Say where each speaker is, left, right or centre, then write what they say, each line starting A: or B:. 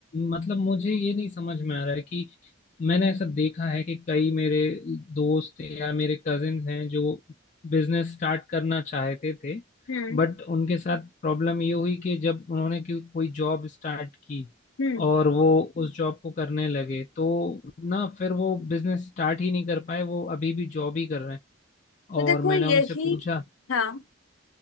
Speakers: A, on the left; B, on the left.
A: मतलब मुझे ये नहीं समझ में आ रहा है कि मैंने ऐसा देखा है कि कई मेरे दोस्त या मेरे कजिन्स हैं जो बिजनेस स्टार्ट करना चाहते थे
B: हम्म
A: बट उनके साथ प्रॉब्लम ये हुई कि जब उन्होंने कोई कोई जॉब स्टार्ट की
B: हम्म
A: और वो उस जॉब को करने लगे तो ना फिर वो बिजनेस स्टार्ट ही नहीं कर पाए वो अभी भी जॉब ही कर रहे हैं
B: तो
A: और
B: देखो
A: मैंने
B: यही
A: उनसे पूछा
B: हाँ